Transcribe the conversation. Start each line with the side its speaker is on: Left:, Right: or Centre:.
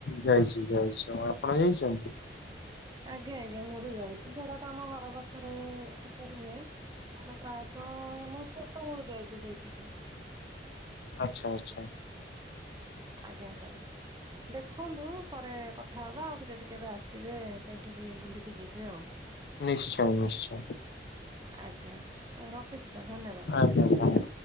Left: ଯାଇଛି ଯାଇଛି ମୁଁ ଆପଣ ଯାଇଛନ୍ତି?
Right: ଆଜ୍ଞା ଆଜ୍ଞା ମୁଁ ବି ଯାଇଛି ସେଟା ତମ ଘର ପାଖରେ ଟିକେ ରୁହେ। ଆମେ ପ୍ରାୟତଃ ମୁଁ ଛୋଟ ବେଳୁ ଯାଇଛି ସେଇଠିକି।
Left: ଆଛା ଆଚ୍ଛା।
Right: ଆଜ୍ଞା ସାର୍ ଦେଖନ୍ତୁ। ପରେ କଥା ହବା ଆଉ ଯଦି କେବେ ଆସିବେ ସେଇଠିକି ବୁଲିକି ଯିବେ ଆଉ।
Left: ନିଶ୍ଚୟ ନିଶ୍ଚୟ।
Right: ଆଜ୍ଞା ରଖୁଛି ସାର୍ ଧନ୍ୟବାଦ।
Left: ଆଜ୍ଞା ଧନ୍ୟବାଦ।